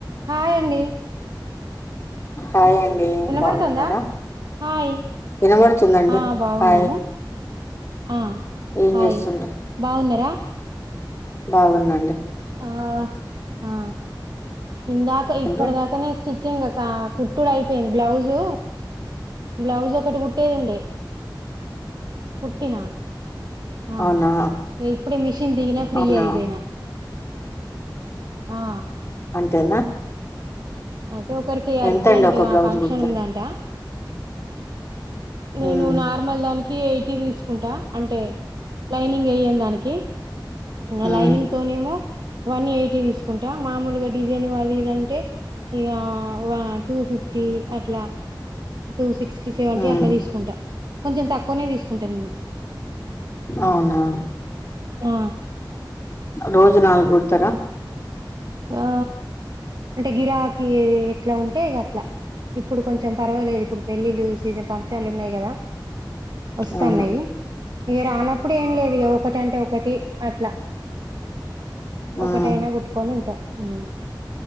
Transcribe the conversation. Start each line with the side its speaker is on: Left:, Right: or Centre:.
Right: Hi అండి.
Left: Hi అండి,
Right: వినబడుతుందా
Left: బాగున్నారా.
Right: హాయ్
Left: వినబడుతుందండి
Right: ఆ బాగున్నాము
Left: హాయ్.
Right: ఆ
Left: ఏం
Right: హాయ్
Left: చేస్తుండ్రు
Right: బాగున్నారా.
Left: బాగున్నా అండి.
Right: ఆ ఆ. ఇందాక
Left: మీరు
Right: ఇప్పటిదాకానే స్టిచ్, చింగ్ ఒక కుట్టుడు అయిపోయింది. బ్లౌజు, బ్లౌజ్ ఒకటి కుట్టేది ఉండే. కుట్టిన. ఆ
Left: అవునా
Right: ఇగ్ ఇప్పుడే మిషన్ దిగినా, ఫ్రీ
Left: అవునా
Right: అయిపోయినా. ఆ
Left: అంతేనా.
Right: అయితే ఒకరికి అర్జెంట్,
Left: ఎంతండి ఒక బ్లౌజ్
Right: ఆ ఫంక్షన్
Left: కుడితే
Right: ఉందంట. నేను
Left: ఉమ్
Right: నార్మల్ దానికి, ఎయిటీ తీసుకుంటా. అంటే, లైనింగ్ ఏయ్యనీదానికి. ఇంగా
Left: ఉమ్
Right: లైనింగ్ తోనేమో, వన్ ఎయిటీ తీసుకుంటా, మామూల్ గా డిజైను అది, ఇదంటే ఇగా, వా టూ ఫిఫ్టీ అట్లా. టూ సిక్స్టీ, సెవెంటీ
Left: ఉమ్
Right: అట్ల దిసుకుంటా. కొంచెం తక్కువనే తీసుకుంటా నేను.
Left: అవునా,
Right: ఆ
Left: రోజు నాలుగు కుడ్త్ తరా.
Right: యా. అంటే గిరాకిీ ఎట్లా ఉంటే ఇగ అట్లా. ఇప్పుడు కొంచెం పర్వాలేదు, ఇప్పుడు పెళ్ళిళ్ళు సీజన్. ఫంక్షలు ఉన్నాయి కదా ఓస్తాన్నాయి.
Left: అవునా
Right: ఇగా రానప్పుడు, టే ఏం లేదు ఇగ. ఒకటి అంటే ఒకటి అట్లా,
Left: ఉమ్
Right: ఒకటైనా గుట్టుకొని ఉంట్ ట ఉమ్.